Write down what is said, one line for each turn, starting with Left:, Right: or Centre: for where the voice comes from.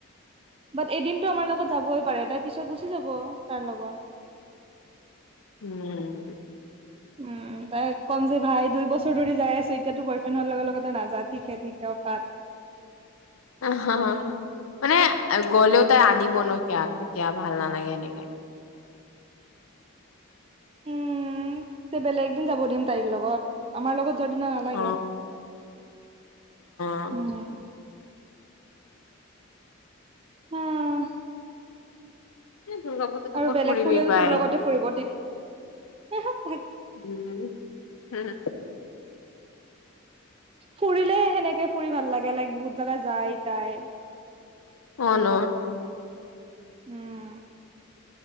Right: বাট এদিনতটো আমাৰ লগত যাবই পাৰে তাই পিছত গুচি যাব তাৰ লগত।
Left: উম
Right: উম তাইক ক'ম যে ভাই দুই বছৰ ধৰি যাই আছো এতিয়াাতো বয়ফ্ৰেণ্ড হোৱাৰ লগে লগতে নাযায় ঠিক হে ঠিক। পাত
Left: অ হা মানে- গ'লেও তাই আনিব ন কিয়া তেতিয়া ভাল নালাগে এনেকে।
Right: উম বেলেগ দিন যাব দিম তাইৰ লগত আমাৰ লগত সেইদিনা নালাগে
Left: অ অ
Right: উম। অহ
Left: এ দুৰ্গা পূজাতো
Right: আৰু
Left: ক'ত
Right: বেলেগ
Left: ফুৰিবি
Right: ফুুৰিলে
Left: ভাই
Right: তোৰ লগতে ফুৰিব তে হ হা।
Left: উম হম
Right: ফুৰিলে সেনেকে ফুৰি ভাল লাগে লাইক বহুত জগা যায় তাই।
Left: অ ন
Right: উম